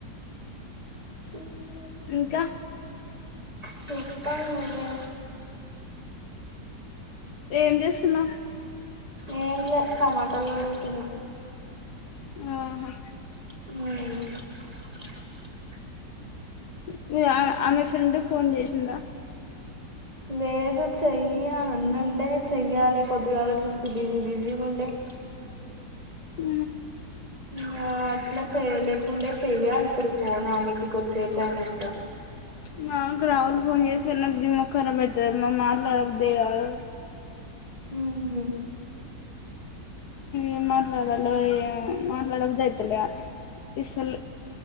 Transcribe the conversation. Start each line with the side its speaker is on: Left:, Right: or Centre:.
Right: అ
Left: ఇంకా
Right: చెప్పాల్ నువ్వే
Left: ఏం చేస్తున్నావ్
Right: ఏం లేదు టమాటాలు కడుగుతున్న
Left: ఆహా
Right: ఉ
Left: <unintelligible> ఆ ఆమె ఫ్రెండ్ ఫోన్ చేసిందా
Right: లేదు చెయ్య అన్నండే చెయ్యాలి పొద్దుగాలట్ నుంచి బిజీ బిజీగా ఉండే <inaudible>
Left: ఉ
Right: ఇంగ అట్లా చేయలేకుండే చెయ్యాలే ఇప్పుడు పోన్ ఆమెకికి కొద్దిసేపు అయినంక
Left: మాకు రాహుల్ ఫోన్ చేస్తాడు నాకు దిమాక్ కరాబ్ అయితది నాకు మాట్లాడ బుద్దే కాదు
Right: ఉహు
Left: ఏం మాట్లాడాలో ఏమో మాట్లాడ బుద్ధి అయితలేదు అసలు